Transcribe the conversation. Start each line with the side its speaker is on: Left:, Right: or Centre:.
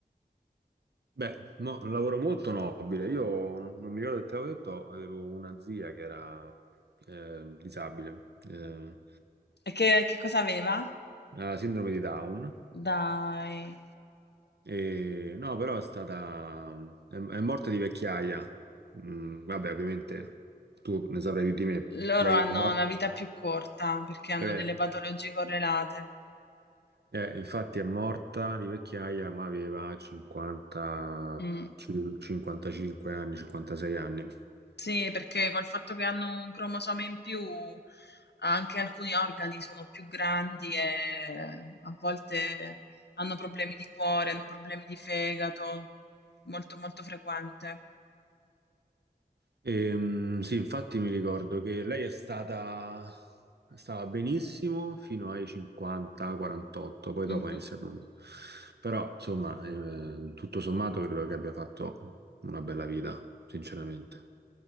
Right: Beh, mo- un lavoro molto nobile. Io non mi ricordo se te l'avevo detto, avevo una zia che era eh, disabile, eh,
Left: E che che cosa aveva?
Right: ha sindrome di Down,
Left: Dai,
Right: e, no, però è stata... è, è morta di vecchiaia. Mm, vabbè, ovviamente tu ne saprai più di me.
Left: loro
Right: Lei
Left: hanno
Right: è morta...
Left: la vita più corta perché hanno
Right: eh,
Left: delle patologie correlate.
Right: Eh, infatti è morta di vecchiaia, ma aveva 50,
Left: Mh.
Right: 55 anni, 56 anni.
Left: Sì, perché col fatto che hanno un cromosoma in più, anche alcuni organi sono più grandi e eh, a volte hanno problemi di cuore, hanno problemi di fegato, molto molto frequente.
Right: Ehm, sì, infatti mi ricordo che lei è stata, stava benissimo fino ai 50-48, poi
Left: Mhm.
Right: dopo è iniziato. Però, insomma, eh, tutto sommato credo che abbia fatto una bella vita, sinceramente.